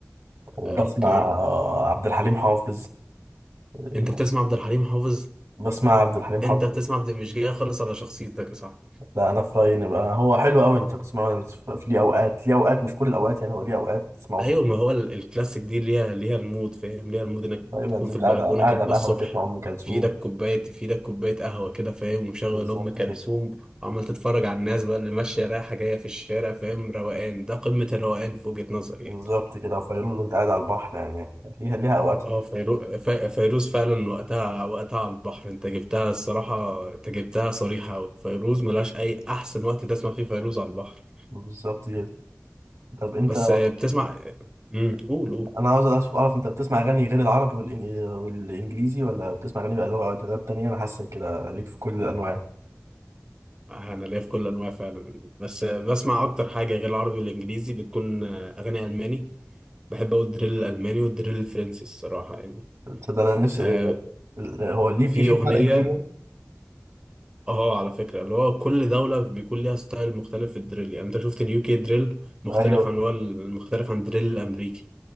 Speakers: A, on the right; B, on the right.
A: وبسمع
B: آه اوكي
A: آه، عبد الحليم حافظ يعني
B: انت بتسمع عبد الحليم حافظ
A: بسمع عبد الحليم
B: انت
A: حافظ
B: بتسمع عبد مش جاي خالص على شخصيتك يا صاحبي
A: لا انا في رايي ان بقى هو حلو قوي انت بتسمعه في ليه اوقات ليه اوقات مش كل الاوقات يعني هو ليه اوقات تسمعه
B: ايوه
A: فيه
B: ما هو ال- الكلاسيك دي ليها ليها المود فاهم ليها المود انك
A: تقريبا
B: تكون
A: انت
B: في البلكونة
A: قاعد على قاعد
B: كده
A: على
B: الصبح
A: القهوه تسمع ام كلثوم
B: في ايدك كوباية في ايدك كوباية قهوة كده فاهم ومشغل
A: بالظبط
B: ام كلثوم
A: كده
B: وعمال تتفرج على الناس بقى اللي ماشية رايحة جاية في الشارع فاهم روقان ده قمة الروقان في وجهة نظري
A: بالظبط
B: يعني
A: كده وفيروز وانت قاعد على البحر يعني ليها ليها اوقات
B: اه فيرو... في... فيروز فعلا وقتها وقتها على البحر انت جبتها الصراحة انت جبتها صريحة أوي فيروز ملهاش أي أحسن وقت تسمع فيه فيروز على البحر
A: بالظبط كده طب انت
B: بس آه، بتسمع امم قول قول
A: انا عاوز أس- اعرف انت بتسمع اغاني غير العربي والإن- والانجليزي ولا بتسمع اغاني بقى لغات لغات تانية انا حاسس كده ليك في كل الانواع
B: أنا ليا في كل أنواع فعلا بس آه، بسمع أكتر حاجة غير العربي والإنجليزي بتكون آه، أغاني ألماني بحب أوي الدريل الألماني والدريل الفرنسي الصراحة يعني
A: تصدق انا نفسي
B: آه،
A: هو ليه
B: في
A: في في
B: أغنية
A: فرق كبير يعني؟
B: اه على فكرة اللي هو كل دولة بيكون ليها ستايل مختلف في الدريل يعني انت شفت اليو كي دريل مختلف
A: ايوه
B: عن هو المختلف عن الدريل الامريكي